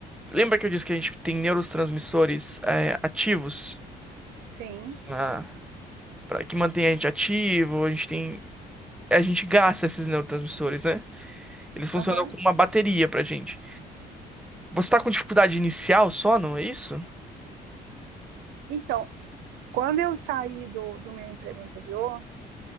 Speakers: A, in the centre; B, on the right.
A: Lembra que eu disse que a gente tem neurotransmissores é, ativos
B: Sim,
A: na... pra- que mantém a gente ativo? A gente tem, a gente gasta esses neurotransmissores, né? Eles funcionam
B: aham.
A: como uma bateria pra gente. Você tá com dificuldade inicial só, não é isso?
B: Então, Quando eu saí do, do meu emprego anterior,